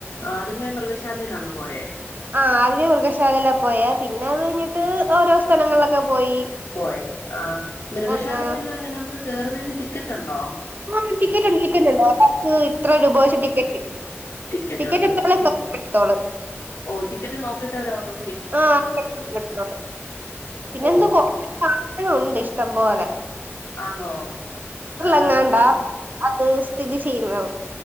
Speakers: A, on the left; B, on the right.
A: ആദ്യമേ മൃഗശാലേലാണൊ പോയേ
B: ആ ആദ്യം മൃഗശാലെല പോയെ പിന്ന അത് കയ്ഞ്ഞിട്ട് ഓരോ സ്ഥലങ്ങളിലൊക്കെ പോയി
A: പോയെ ആ മൃഗശാല
B: ആഹ് ആഹ്
A: എങ്ങല്ല എങ്ങന നമ്ക്ക് കേറുന്നെയ്ന് ടിക്കറ്റുണ്ടോ
B: ഉം ടിക്കറ്റുണ്ട് ടിക്കറ്റുണ്ട് <unintelligible> ഇത്ര രൂപ വച്ച് ടിക്കറ്റ്
A: ടിക്കറ്റുണ്ട്
B: ടിക്കറ്റ് എടുത്താലേ
A: ടി
B: എടുത്തോളൂ
A: ഓ ടിക്കറ്റ് നോക്കിട്ടവരെഅകത്തോ
B: ആ <unintelligible> പിന്നെന്തോ
A: ഓ
B: കൊറേ <unintelligible> നു ഇഷ്ടം പോലെ
A: ആന്നോ ഏം
B: എങ്ങാണ്ടാ അത് സ്ഥിതി ചെയ്യുന്നത്